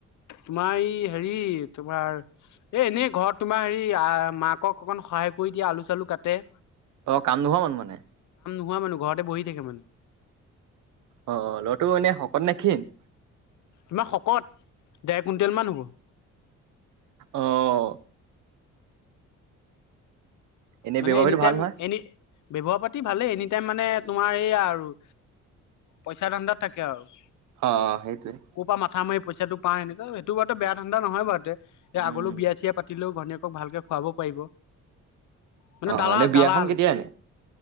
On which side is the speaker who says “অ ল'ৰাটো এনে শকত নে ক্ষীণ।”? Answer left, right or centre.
Right